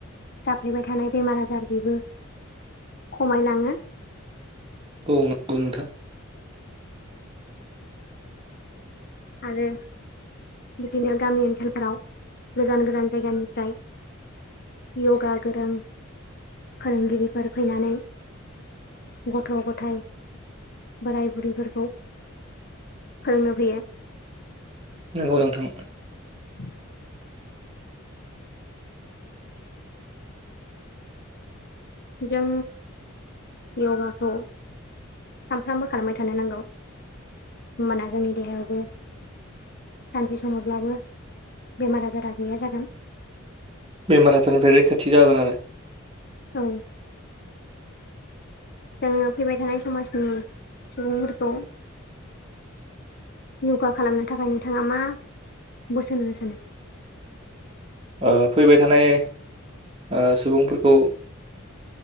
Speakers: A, on the left; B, on the right.
A: जाफ्लेबाय थानाय बेमार आजार बेबो खमायलाङो।
B: औ नंगौ नोंथां।
A: आरोे बिदिनो गामि ओनसोलफोराव गोजान गोजान जायगानिफ्राय य'गा गोरों फोरोंगिरिफोर फैनानै गथ' गथाय बोराय बुरैफोरखौ फोरोंनो फैयो।
B: नंगौ नोंथां
A: <inaudible> जों य'गाखौ सानफ्रामबो खालामबाय थानो नांगौ होमबाना जोंनि देहायावबो सानसे समावब्लाबो बेमार आजारा गैया जागोन।
B: बेमार आजारनिफ्राय रैखाथि जाागोन आरो।
A: औ जोङो फैबाय थानाय समाजनि सुबुंफोरखौ य'गा खालामनो थाखाय नोंथाङा मा बोसोन होनो सानो?
B: <inaudible> ओ फैबाय थानाय ओ सुबुंफोरखौ